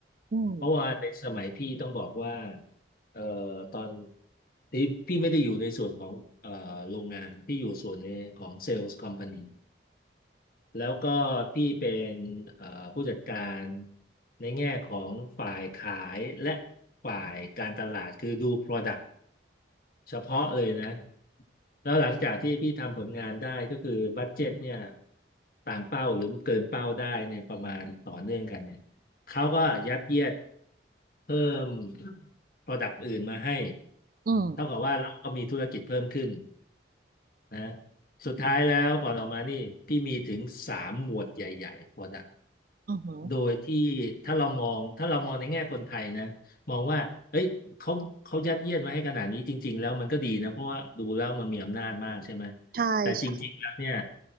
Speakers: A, on the right; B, on the left.
A: อืม
B: เพราะว่าในสมัยพี่ต้องบอกว่าเอ่อตอนที่พี่ไม่ได้อยู่ในส่วนของเอ่อโรงงานพี่อยู่ส่วนในของเซลล์คอมพานี แล้วก็พี่เป็นเอ่อผู้จัดการในแง่ของฝ่ายขายและฝ่ายการตลาดคือดู Product เฉพาะเลยนะแล้วหลังจากที่พี่ทำผลงานได้ก็คือบัดเจ็ตเนี่ยตามเป้าหรือเกินเป้าได้เนี่ยประมาณต่อเนื่องกันเนี่ยเขาก็ยัดเยียดเพิ่ม Product อื่นมาให้
A: อืม
B: เท่ากับว่าเราก็มีธุรกิจเพิ่มขึ้น นะฮะสุดท้ายแล้วก่อนออกมานี่พี่มีถึงสามหมวดใหญ่ๆ product
A: อือหือ
B: โดยที่ถ้าเรามองถ้าเรามองในแง่คนไทยนะมองว่าเอ้ยเขาเขายัดเยียดมาให้ขนาดนี้จริงๆแล้วมันก็ดีนะเพราะว่าดูแล้วมันมีอำนาจมากใช่ไหม
A: ใช่ใช
B: แต่จริงๆแล้วเนี่ย